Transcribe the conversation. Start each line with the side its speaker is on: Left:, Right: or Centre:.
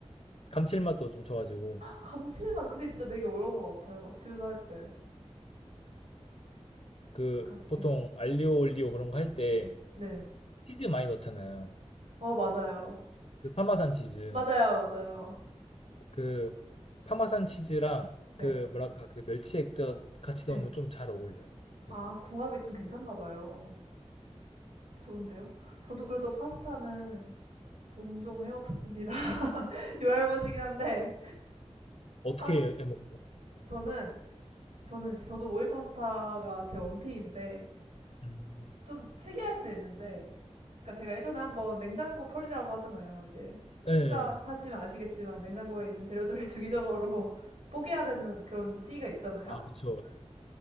Left: 감칠맛도 좀 좋아지고
Right: 감칠맛. 그게 진짜 되게 어려운 것 같아요. 집에서 할 때.
Left: 그
Right: 약간,
Left: 보통
Right: 예.
Left: 알리오 올리오 그런 거할때
Right: 네.
Left: 치즈 많이 넣잖아요.
Right: 어, 맞아요.
Left: 그 파마산 치즈.
Right: 맞아요, 맞아요.
Left: 그 파마산 치즈랑
Right: 네,
Left: 그 뭐랄까 그 멸치 액젓 같이
Right: 네.
Left: 넣으면 좀 잘 어울려요.
Right: 아,
Left: 되게.
Right: 궁합이 좀 괜찮나 봐요. 좋은데요? 저도 그래도 파스타는 종종 해 먹습니다. <laughs> 요알못이긴 한데,
Left: 어떻게
Right: 파스,
Left: 해 먹어?
Right: 저는, 저는, 저도 오일 파스타가 제 원픽인데,
Left: 음.
Right: 좀 특이할 수 있는데, 그러니까 제가 예전에 한번 냉장고 털이라고 하잖아요. 이제
Left: 예.
Right: 혼자 사시면 아시겠지만, 냉장고에 있는 재료들을 <laughs> 주기적으로 <laughs> 뽀개야 되는 그런 시기가 있잖아요.
Left: 아, 그쵸.